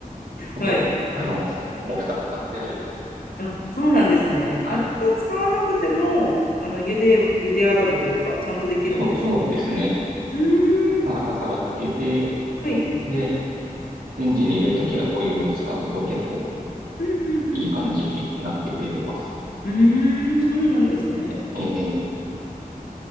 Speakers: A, on the right; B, on the left.
A: ょっと、
B: はい。
A: あの、もう蓋使ってないですね。
B: あ、そうなんですね。
A: はい。
B: あ、蓋使わなくても、あの、茹で、茹で上がるというか、ちゃんとできるんですか
A: そう、そうですね。
B: うーん、そっかそっか。
A: 朝からつけて、
B: はい。
A: で、レンジに入れるときはお湯を使うと結構
B: うんうんうん。
A: いい感じになってくれてます。
B: うんうーん、そうなんですね。
A: ええ